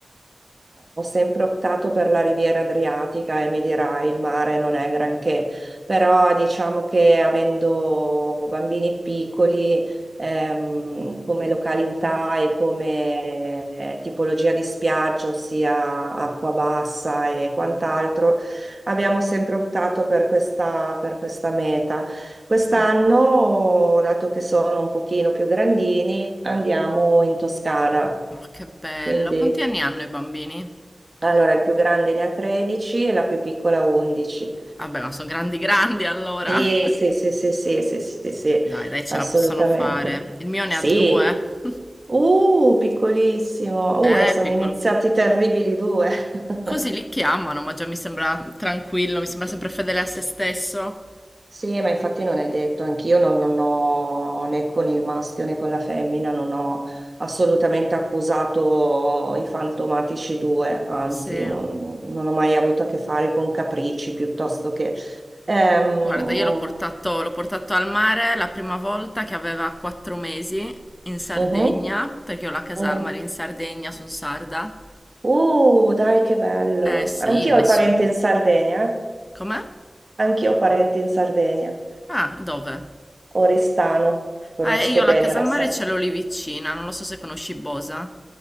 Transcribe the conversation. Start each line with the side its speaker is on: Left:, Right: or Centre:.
Right: ho sempre optato per la Riviera Adriatica e mi dirai il mare non è granché, però diciamo che avendo bambini piccoli ehm, come località e come eh, tipologia di spiaggia, ossia acqua bassa e quant'altro, abbiamo sempre optato per questa per questa meta. Quest'anno,
Left: Mm.
Right: dato che sono un pochino più grandini, andiamo in Toscana.
Left: Oh, che bello.
Right: Quindi,
Left: Quanti anni hanno i bambini?
Right: allora, il più grande ne ha 13 e la più piccola 11.
Left: Vabbè, ma sono grandi grandi allora.
Right: Sì,
Left: <laughs>
Right: sì, sì, sì, sì, sì, sì, sì,
Left: Dai, dai, ce
Right: assolutamente.
Left: la possono fare. Il mio ne
Right: Sì.
Left: ha due. <laughs>
Right: Uh, piccolissimo. Uh,
Left: Eh,
Right: e sono
Left: piccolo
Right: iniziati
Left: piccolo.
Right: i terribili due. <laughs>
Left: Così li chiamano, ma già mi sembra tranquillo, mi sembra sempre fedele a se stesso.
Right: Sì, ma infatti non è detto, anch'io non, non ho né con il maschio né con la femmina, non ho assolutamente accusato i fantomatici due, anzi
Left: Sì.
Right: non, non ho mai avuto a che fare con capricci piuttosto che... Ehm,
Left: Guarda, io l'ho portato, l'ho portato al mare la prima volta che aveva quattro mesi in Sardegna,
Right: mhm,
Left: perché ho la casa
Right: mm.
Left: al mare in Sardegna, sono sarda.
Right: Uh, dai che bello!
Left: Eh sì,
Right: Anch'io
Left: nessuno.
Right: ho parenti in Sardegna, eh?
Left: Com'è?
Right: anch'io ho parenti in Sardegna,
Left: Ah, dove?
Right: Oristano, conosco
Left: Eh, io la
Right: bene
Left: casa
Right: la
Left: al
Right: Sardegna.
Left: mare ce l'ho lì vicina, non lo so se conosci Bosa.